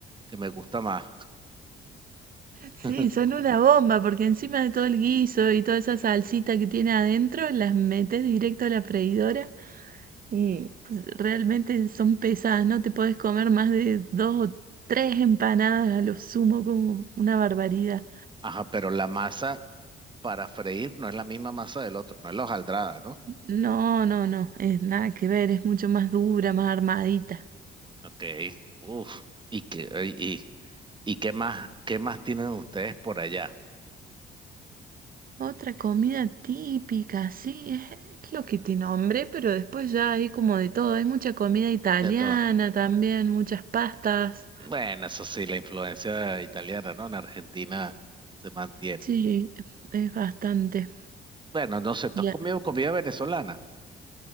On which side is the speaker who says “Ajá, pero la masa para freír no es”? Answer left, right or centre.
Right